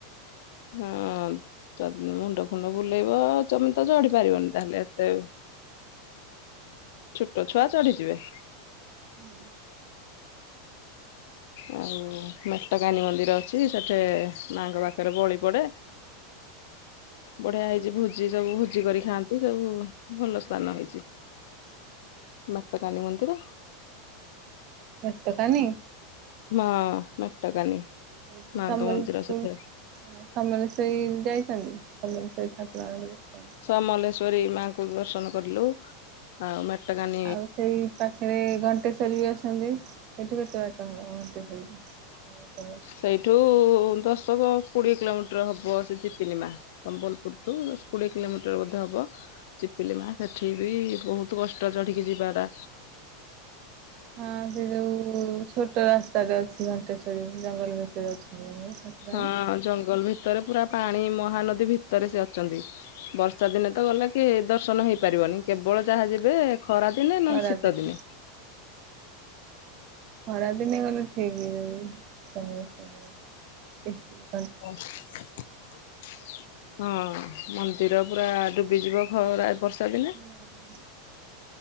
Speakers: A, on the left; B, on the right.
A: ହଁ ଯଦି ମୁଣ୍ଡ ଫୁଣ୍ଡ ବୁଲେଇବ ତମେ ତ ଚଢି ପାରିବନି ତାହଲେ ଏତେ ଛୋଟ ଛୁଆ ଚଢିଯିବେ।
B: ହୁଁ।
A: ଆଉ ମେଟକାନୀ ମନ୍ଦିର ଅଛି ସେଠି ମାଙ୍କ ପାଖରେ ବଳି ପଡେ। ବଢିଆ ହେଇଛି ଭୋଜି ସବୁ ଭୋଜି କରି ଖାଆନ୍ତି ସବୁ ଭଲ ସ୍ଥାନ ହେଇଛି।
B: ହ
A: ମାତା ରାଣୀ ମନ୍ଦିର।
B: ଏତ କାନି
A: ହଁ ମଟା କାନି
B: ଏ
A: ମାଙ୍କ
B: ସମ୍ବଲପୁର
A: ମନ୍ଦିର ସେଠି
B: ହଁ ସମଲେଶ୍ୱରୀ ଯାଇଛନ୍ତି? ସମଲେଶ୍ୱରୀ ଠାକୁର <unintelligible> ଦେଖିଛନ୍ତି?
A: ସମଲେଶ୍ଵରୀ ମାଙ୍କୁ ଦର୍ଶନ କଲୁ। ଆଉ ମେଟ ଗାନି
B: ଆଉ ସେଇ ପାଖରେ ଘଣ୍ଟେଶ୍ବରୀ ବି ଅଛନ୍ତି ସେଇଠୁ କେତେ ବାଟ ହବ ଘଣ୍ଟେଶ୍ଵରୀ କି? <inaudible>
A: ସେଇଠୁ ଦଶକ କୋଡ଼ିଏ କିଲୋମିଟର ହବ ସେ ଚିପିନିମା। ସମ୍ବଲପୁର ଠୁ ଦଶ କୋଡିଏ କିଲୋମିଟର ବୋଧ ହବ। ପିପିଲି ମା ସେଠି ବି ବହୁତ କଷ୍ଟ ଚଢିକି ଯିବା ଟା।
B: ହଁ ସେ ଯୋଉ ଛୋଟ ରାସ୍ତାଟେ ଅଛି ଘଣ୍ଟେଶ୍ଵରୀ ଜଙ୍ଗଲ ଭିତରେ ଅଛନ୍ତି। ଠାକୁରାଣୀ।
A: ହଁ ଜଙ୍ଗଲ ଭିତରେ ପୁରା ପାଣି ମହାନଦୀ ଭିତରେ ସେ ଅଛନ୍ତି। ବର୍ଷା ଦିନେ ତ ଗଲେ କି ଦର୍ଶନ ହେଇ ପାରିବନି କେବଳ ଯାହା ଯିବେ ଖରା ଦିନେ ନ
B: ଖରାଦିନେ
A: ହେଲେ ଶୀତ ଦିନେ।
B: ଖରା ଦିନେ ଗଲେ ଠିକ୍ ଏଇ ଯୋଉ ସମସ୍ତଙ୍କର <inaudible>
A: ଓ ହଁ ମନ୍ଦିର ପୁରା ଡୁବି ଯିବ ଖରା ଏ ବର୍ଷା ଦିନେ।
B: ହୁଁ।